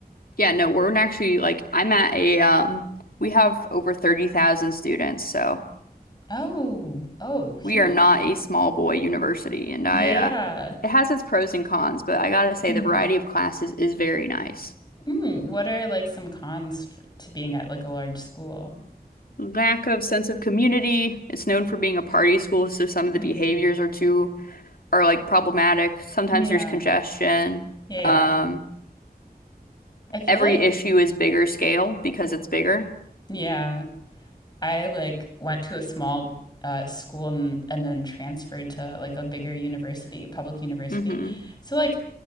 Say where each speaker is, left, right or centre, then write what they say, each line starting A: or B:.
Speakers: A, on the left (about 65°); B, on the left (about 25°).
A: Yeah, no, we're actually like, I'm at a, um, we have over 30,000 students, so
B: oh oh huge
A: we are not a small boy university. And I,
B: yeah
A: uh,
B: yeah
A: it has its pros and cons, but I gotta say
B: mm.
A: the variety of classes is very nice.
B: Mm. what are like some cons for, to being at like a large school
A: lack of sense of community. It's known for being a party school, so some of the
B: mm.
A: behaviors are too are like problematic. Sometimes
B: yeah
A: there's congestion.
B: yeah yeah
A: Um,
B: I feel
A: every
B: like
A: issue is bigger scale because it's bigger.
B: yeah I like went to a small uh, school and, and then transferred to like a bigger university, public university.
A: hmm
B: So like